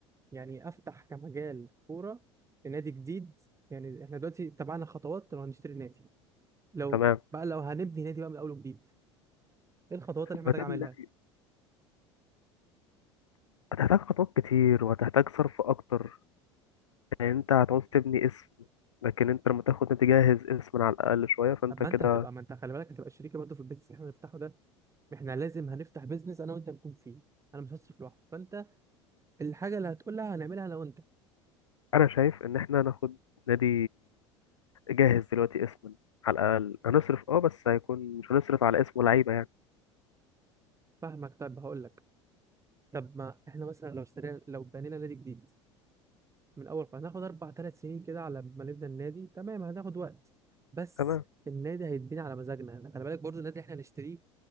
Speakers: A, on the right; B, on the left.
A: يعني افتح كمجال كوره في نادي جديد يعني احنا دلوقتي تبعنا خطوات لو هنشتري نادي لو
B: تمام
A: بقى لو هنبني نادي بقى من اول وجديد ايه الخطوات اللي احنا
B: هتحتاج
A: محتاج اعملها
B: هتحتاج خطوات كتير وهتحتاج صرف اكتر يعني انت هتعوز تبني اسم لكن انت لما تاخد نادي جاهز اسم على الاقل شويه فانت
A: طب ما
B: كده
A: انت هتبقى ما انت خلي بالك هتبقى شريكه برضه في البيزنس اللي احنا هنفتحه ده احنا لازم هنفتح بيزنس انا وانت نكون فيه انا مش هصرف لوحدي فانت الحاجه اللي هتقولها هنعملها انا وانت
B: انا شايف ان احنا ناخد نادي جاهز دلوقتي اسما على الاقل هنصرف اه بس هيكون مش هنصرف على اسمه لعيبه يعني
A: فاهمك طب هقول لك طب ما احنا مثلا لو اشترينا لو بنينا نادي جديد من اول قرار. هناخد اربع ثلاث سنين كده على ما نبدا النادي تمام هناخد وقت بس
B: تمام
A: النادي هيتبني على مزاجنا خلي بالك برضو النادي اللي احنا هنشتريه